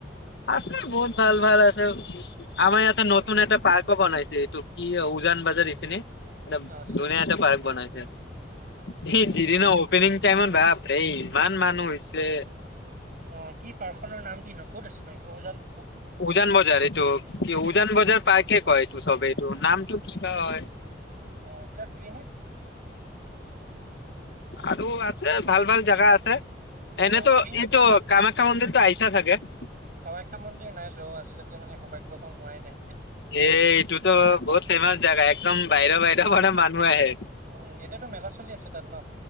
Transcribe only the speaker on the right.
অ আচ্ছা
অ বুজিছো
অঁ, কি পাৰ্ক খনৰ নাম কিনো ক'ত আছে নো উওজান
অঁ, এতিয়া ফ্ৰী নে?
অ ফ্ৰী নেকি
কামাখ্যা মন্দিৰ নাই যোৱা অ' আজি। আজিলৈকে মানে সৌভাগ্যকণ হোৱাই নাই
উম এতিয়াতো মেলা চলি আছে? তাত ন?